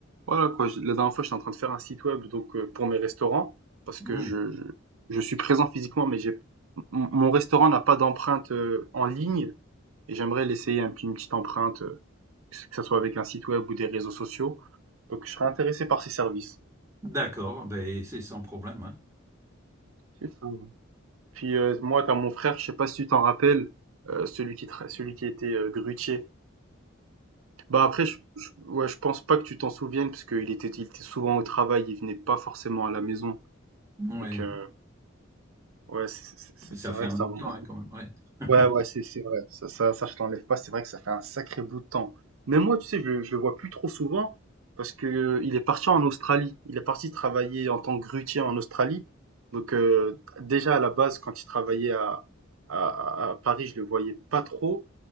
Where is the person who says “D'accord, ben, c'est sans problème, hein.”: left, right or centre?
Right